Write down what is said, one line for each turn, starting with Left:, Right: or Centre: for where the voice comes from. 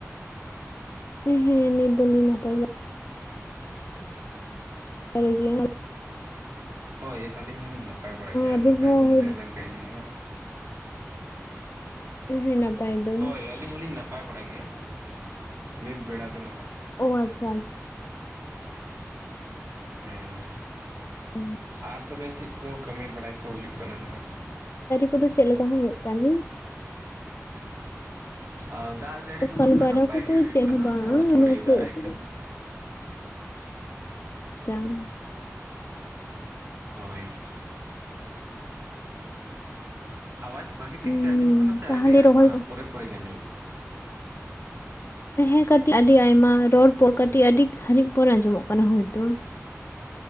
Left: ᱦᱮᱸ ᱱᱤᱛ ᱫᱚ ᱞᱤᱧ ᱱᱟᱯᱟᱭ <unintelligible> ᱵᱟᱲᱟ ᱜᱮᱭᱟ᱾
Right: ᱦᱳᱭ ᱟᱹᱞᱤᱧ ᱦᱚᱸ ᱞᱤᱧ ᱱᱟᱯᱟᱭ ᱵᱟᱲᱟ ᱜᱮᱭᱟ
Left: ᱟᱵᱤᱱ
Right: ᱱᱟᱯᱟᱭ
Left: ᱦᱚᱸ
Right: ᱵᱚᱱ ᱛᱟᱦᱮᱸ ᱞᱮᱱ ᱠᱷᱟᱡ ᱜᱮ ᱱᱟᱦᱟ
Left: ᱦᱮᱸ ᱱᱟᱯᱟᱭ ᱫᱚ
Right: ᱦᱳᱭ ᱟᱹᱞᱤᱧ ᱦᱚᱸ ᱞᱤᱧ ᱱᱟᱯᱟᱭ ᱵᱟᱲᱟ ᱜᱮᱭᱟ, ᱱᱤᱛ ᱵᱮᱲᱟ ᱫᱚ ᱱᱟᱦᱟᱜ ᱾
Left: ᱚ ᱟᱪᱪᱷᱟ,
Right: ᱦᱩᱸ,
Left: ᱦᱮᱸ᱾
Right: ᱟᱨ ᱛᱚᱵᱮ ᱪᱮᱫ ᱠᱚ ᱠᱟᱹᱢᱤ ᱵᱟᱲᱟᱭ ᱠᱚ ᱦᱩᱭᱩᱜ ᱠᱟᱱᱟ ᱱᱟᱦᱟᱸᱜ?
Left: ᱱᱤᱛᱚ ᱫᱚ ᱪᱮᱫ ᱞᱮᱠᱟ ᱦᱚᱸ ᱦᱩᱭᱩᱜ ᱠᱟᱱ ᱜᱮᱭᱟ,
Right: ᱟ ᱫᱟᱜ ᱡᱟᱹᱲᱤ ᱠᱚᱫᱚ
Left: ᱠᱟᱹᱢᱤ
Right: ᱱᱟᱦᱟ
Left: ᱵᱟᱨᱟ
Right: ᱱᱟᱯᱟᱭ
Left: ᱠᱚᱫᱚ
Right: ᱜᱮ ᱦᱩᱭᱩᱜ
Left: ᱪᱮᱫ
Right: ᱠᱟᱱᱟ
Left: ᱦᱚᱸ ᱵᱟᱝ
Right: ᱛᱷᱚᱲᱟ ᱛᱷᱚᱲᱤ
Left: ᱚᱱᱮ ᱩᱛᱩ
Right: ᱫᱟᱜ
Left: ᱟᱪᱪᱷᱟ
Right: ᱮᱡ ᱠᱟᱱᱟ ᱾
Left: ᱪᱟᱝ᱾
Right: ᱦᱳᱭ᱾ ᱟᱣᱟᱡ ᱵᱷᱟᱹᱜᱤ ᱴᱷᱤᱠ
Left: ᱩᱸ
Right: ᱛᱮ ᱟᱸᱡᱚᱢᱚᱜ ᱠᱟᱱᱟ ᱥᱮ
Left: ᱛᱟᱦᱚᱞᱮ
Right: ᱟᱹᱰᱤ ᱟᱭᱢᱟ
Left: ᱨᱚᱦᱚᱭ ᱠᱚ
Right: ᱯᱚᱨᱮ ᱯᱚᱨᱮ ᱜᱮ ᱟᱸᱡᱚᱢᱚᱜ ᱠᱟᱱᱟ?
Left: ᱦᱮᱸ ᱠᱟᱹᱴᱤᱡ ᱟᱰᱤ ᱟᱭᱢᱟ ᱨᱚᱲ ᱯᱚᱨ ᱠᱟᱹᱴᱤᱡ ᱟᱹᱰᱤ ᱜᱷᱟᱹᱨᱤᱡ ᱯᱚᱨ ᱟᱸᱡᱚᱢᱚᱜ ᱠᱟᱱᱟ ᱦᱳᱭᱛᱚ᱾